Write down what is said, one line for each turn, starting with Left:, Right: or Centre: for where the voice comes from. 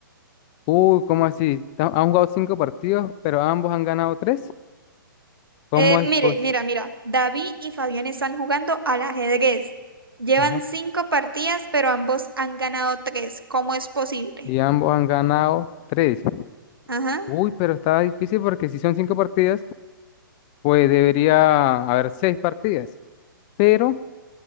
Left: Uy, ¿cómo así? Ta- Han jugado cinco partidos, pero ambos han ganado tres. ¿Cómo
Right: Eh,
Left: es
Right: mire,
Left: posible?
Right: mira, mira, David y Fabián están jugando al ajedrez. Llevan
Left: Ajá.
Right: cinco partidas, pero ambos han ganado tres. ¿Cómo es posible?
Left: Y ambos han ganado tres.
Right: Ajá.
Left: Uy, pero está difícil porque si son cinco partidas, pues debería haber seis partidas. Pero